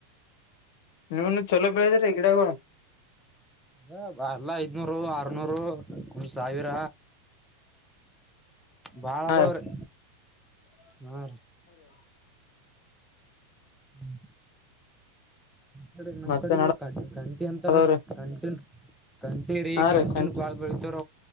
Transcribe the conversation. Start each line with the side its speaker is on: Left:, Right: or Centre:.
Left: ನೀವನು ಚಲೋ ಬೆಳದಿರೀ ಗಿಡಗಳು
Centre: ಹ ಬಲ್ಲ ಐದ್ನೂರು ಆರ್ನೂರು ಒಂದ ಸಾವಿರ ಬಾಳದವ್ರೀ
Left: ಹಾ
Centre: ಹಾ ರೀ ಹ್ಮ್ ನಡ ನಮ್
Left: ಮತ್ತೆ
Centre: ಕಡೆ ಕ ಕಂಠಿ ಅಂತ
Left: ನಡದವ್ರಿ
Centre: ನೋಡ್ರಿ ಕಂಠನ್ ಕಂಟಿರಿ
Left: ಹಾ
Centre: ಕಂಟನ್
Left: ರೀ ಕಂಟಿನ್ಯೂ
Centre: ಬಾಳ್ ಬಳತವರ